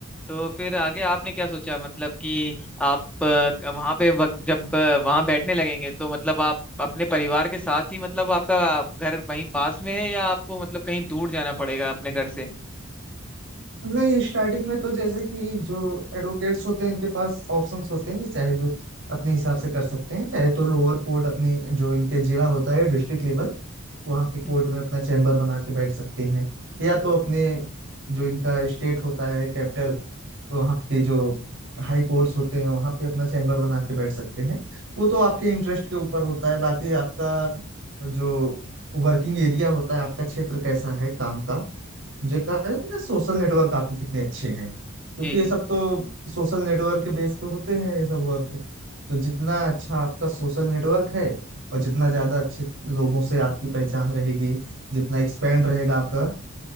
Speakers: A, in the centre; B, on the right.
A: तो फिर आगे आपने क्या सोचा मतलब कि आप वहां पे वक, जब वहां बैठने लगेंगे तो मतलब आप अपने परिवार के साथ ही मतलब आपका घर वहीं पास में है या आपको मतलब कहीं दूर जाना पड़ेगा अपने घर से
B: नहीं स्टार्टिंग में तो जैसे कि जो एडवोकेट्स होते हैं इनके पास ऑप्शंस होते हैं चाहे जो अपने हिसाब से कर सकते हैं चाहे तो लोअर कोर्ट अपने जो इनके जिला होता है डिस्ट्रिक्ट लेवल वहाँ के कोर्ट
A: हम्म।
B: में अपना चैम्बर बना के बैठ सकती हैं या तो अपने जो इनका स्टेट होता है कैपिटल वहाँ के जो हाई कोर्ट्स होते हैं वहाँ पे अपना चैम्बर बना के बैठ सकते हैं वो तो आपके इंटरेस्ट के ऊपर होता है बाकी आपका जो वर्किंग एरिया होता है आपका क्षेत्र कैसा है काम का मुझे कहा जाए तो ना सोशल नेटवर्क आपके कितने अच्छे हैं क्योंकि
A: जी
B: ये सब
A: जी
B: तो सोशल नेटवर्क के बेस पे होते हैं ये सब वर्क तो जितना अच्छा आपका सोशल नेटवर्क है और जितना ज्यादा अच्छे लोगों से आपकी पहचान रहेगी जितना एक्सपेंड रहेगा आपका